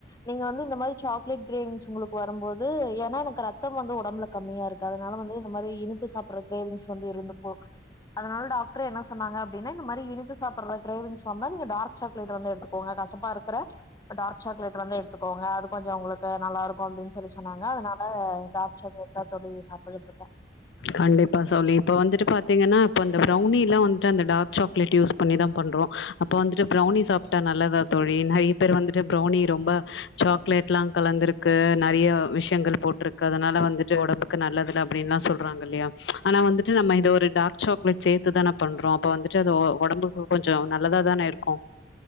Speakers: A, on the left; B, on the left.
A: நீங்க வந்து இந்த மாதிரி சாக்லேட் கிரேவிங்ஸ் உங்களுக்கு வரும்போது ஏன்னா எனக்கு ரத் த்தம் வந்து ஒடம்புல கம்மியா இருக்கு அதனால வந்து இந்த மாதிரி இனிப்பு சாப்பிடற கிரேவிங்ஸ் வந்து இருந்துக்கும் அதனால டாக்டர் என்ன சொன்னாங்க அப்படனா இந்த மாரி இனிப்பு சாப்பட்ற கிரவிங்ஸ் வந்தா நீங்க டார்க் சாக்லேட் வந்து எடுத்துக் கொஞ்சம் கசப்பா இருக்கற டார்க் சாக்லேட் வந்து எடுத்துக்கோங்க அது கொஞ்சம் உங்களுக்கு நல்லா இருக்கும் அப்படின் சொல்லி சொன்னாங்க அதனால டார்க் அதான் தோழி சாப்டுட்டு இருக்கேன்
B: கண்டிப்பா தோழி இப்ப வந்துட்டு பாத்தீங்கன்னா இப்ப அந்த பிரௌனிலாம் வந்துட்டு அந்த டார்க் சாக்லேட் யூஸ் பண்ணிதான் பண்றோம் அப்ப வந்துட்டு பிரௌனி சாப்பிட்டா நல்லதான் தோழி நிறைய பேர் வந்துட்டு பிரௌனி ரொம்ப சாக்லேட்லாம் கலந்துருக்கு நிறைய விஷயங்கள் போட்டிருக்கு அதனால வந்துட்டு உடம்புக்கு நல்லது தான் அப்படின்னுல்லாம் சொல் றாங்க இல்லையா ஆனா வந்துட்டு நம்ம இதை ஒரு டார்க் சாக்லேட் சேர்த்துதான பண்றோம் அப்ப வந்து உடம்புக்கு கொஞ்சம் நல்லதா தானே இருக்கும்